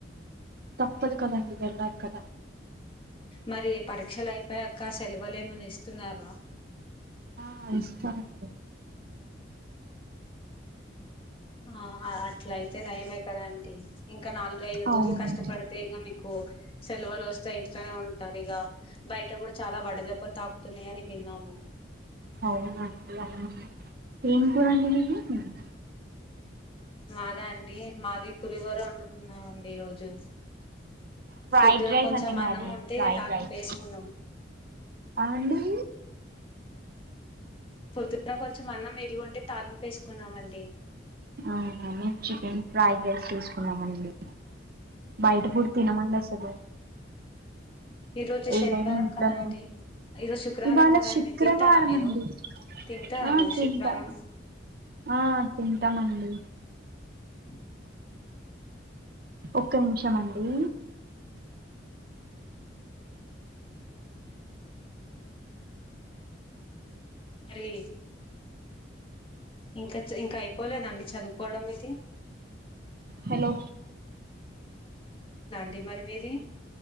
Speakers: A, on the right; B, on the left.
A: తప్పదు కదండి వెళ్ళాలి కదా
B: మరి పరీక్షలు అయిపోయాక సెలవలేమన ఇస్తున్నార
A: ఆ ఇస్తర అండి
B: ఆ <inaudible> అట్లయితే నయమే కదా ఆంటీ ఇంకా నాలుగు ఐదు రోజులు
A: అవునండి
B: కష్టపడితే ఇగ మీకు సెలవులు వస్తాయి ఇంట్లనే ఉంటరు ఇగ బయట కూడా చాలా వడదె దెబ్బలు తాకుతున్నాయని విన్నాము.
A: అవునండి అవును ఏం కూర అండిన్రు మీరు
B: మాదా అండి మాది పు పులిహోర వండుకున్నామండి ఈరోజు
A: ఫ్రై
B: పొద్దున కొంచెం అన్నం
A: మాది
B: ఉంటే
A: ఫ్రైడ్
B: ఇగ తాలింపు
A: రైస్
B: వేసుకున్నాం.
A: అండి
B: పొద్దున్న కొంచెం అన్నం మిగిలి ఉంటే తాలింపేసుకున్నామండి.
A: అవునా మేం చికెన్ ఫ్రైడ్ రైస్ చేస్కున్నామండి. బైట ఫుడ్ తినమండి అసలు
B: ఈ రోజు
A: ఏదైనా
B: శనివారం
A: ఇంట్లోనే
B: కదా అండి ఈరోజు శుక్రవారం
A: ఇవాళ
B: కదా
A: శుక్రవారం
B: అండి తింటరా మీరు
A: అండి
B: తింటరా
A: ఆ
B: మీరు
A: తింటా
B: శుక్రవారం.
A: ఆ తింటామండి.
B: ఉ
A: ఒక్క నిమిషం అండి.
B: అరే ఇంకా ఇంకా అయిపోలేదండి చదువుకోవడం మీది
A: హలో
B: డి మరి మీది